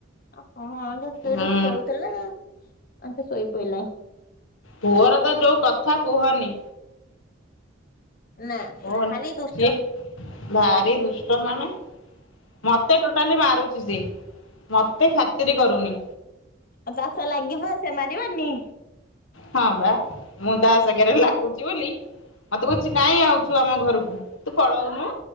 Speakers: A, on the left; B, on the left.
A: ଆଉ କଣ
B: ହୁଁ
A: ଖେଳୁଥିଲା। ଆଛା ଶୋଇପଇିଲ
B: ପୁଅର ତ ଯୋଉ କଥା କୁହନି
A: ନା
B: କଣ
A: ଖାଲି ଦୁଷ୍ଟ
B: ଭାରି ଦୁଷ୍ଟ ମାନେ ମତେ ଟୋଟାଲି ମାରୁଛି ସି ମତେ ଖାତିର କରୁନି
A: ଆଉ ଚାଷ ଲାଗିବ ସେ ମାରିବନି
B: ହଁ ବା ମୁଁ ତା ସାଙ୍ଗରେ ଲାଗୁଛି ବୋଲି ମତେ କହୁଛି କାଇହିଁ ଆଉଛୁ ଆମ ଘରକୁ ତୁ ପଳଉନୁ